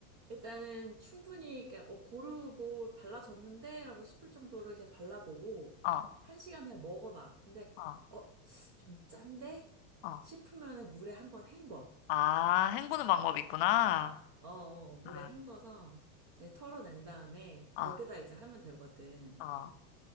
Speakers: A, on the right; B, on the left.
A: 일단은 충분히 그러니까 어 고루 뭐 발라졌는데라고 싶을 정도로 이렇게 발라보고
B: 어,
A: 한 시간 후에 먹어봐. 근데
B: 어,
A: 어 좀 짠데
B: 어.
A: 싶으면은 물에 한번 헹궈.
B: 아, 헹구는 방법이 있구나.
A: 어, 어 어, 물에
B: 아,
A: 헹궈서 이제 털어낸 다음에
B: 아,
A: 거기다 이제 하면 되거든.
B: 어.